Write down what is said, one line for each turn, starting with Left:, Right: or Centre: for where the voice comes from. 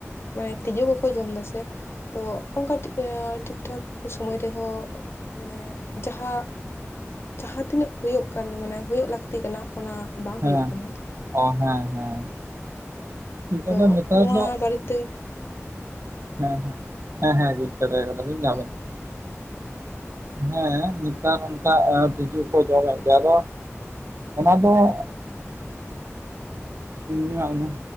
Left: ᱢᱟᱱᱮ ᱛᱤᱡᱩ ᱠᱚᱠᱚ ᱡᱚᱢ ᱫᱟᱥᱮᱼᱼ ᱛᱚ ᱚᱱᱠᱟ ᱤᱭᱟᱹ ᱴᱷᱤᱠ ᱴᱷᱟᱠ ᱥᱚᱢᱚᱭ ᱨᱮᱦᱚᱸᱼᱼ ᱢᱟᱱᱮ ᱡᱟᱦᱟᱸ ᱡᱟᱦᱟᱸ ᱛᱤᱱᱟᱹᱜ ᱦᱩᱭᱩᱜ ᱠᱟᱱ ᱢᱟᱱᱮ ᱦᱩᱭᱩᱜ ᱞᱟᱠᱛᱤ ᱠᱟᱱᱟᱼᱼ ᱚᱱᱟ ᱵᱟᱝ
Right: ᱦᱮᱸ
Left: ᱦᱩᱭᱩᱜ ᱠᱟᱱᱟ᱾
Right: ᱚ ᱦᱮᱸ ᱦᱮᱸ ᱴᱷᱤᱠ ᱟᱫᱚ
Left: ᱛᱚ
Right: ᱱᱮᱛᱟᱨ
Left: ᱱᱚᱣᱟ
Right: ᱫᱚ
Left: ᱵᱟᱨᱮᱛᱮᱼᱼ
Right: ᱦᱮᱸ ᱦᱮᱸ ᱦᱮᱸ ᱦᱮᱸ ᱵᱩᱡᱽ ᱫᱟᱲᱮ ᱠᱟᱫᱟᱞᱤᱧ <unintelligible> ᱦᱮᱸ ᱱᱮᱛᱟᱨ ᱚᱱᱠᱟ ᱮ ᱛᱤᱡᱩ ᱠᱚ ᱡᱚᱢᱮᱫ ᱜᱮᱭᱟ ᱟᱫᱚᱼᱼ ᱚᱱᱟ ᱫᱚ <unintelligible> ᱨᱟᱱ